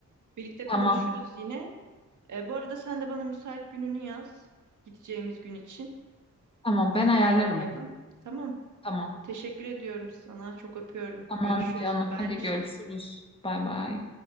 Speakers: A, on the right (about 70°); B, on the left (about 15°).
A: Birlikte konuşuruz
B: Tamam.
A: yine. E, bu arada sen de bana müsait gününü yaz. Gideceğimiz gün için.
B: Tamam.
A: Onu
B: Ben ayarlarım
A: da ayarlayalım.
B: onu.
A: Tamam.
B: Tamam.
A: Teşekkür ediyorum sana. Çok öpüyorum.
B: Tamam
A: Görüşürüz,
B: canım.
A: haberleşiriz.
B: Hadi görüşürüz. Bay bay.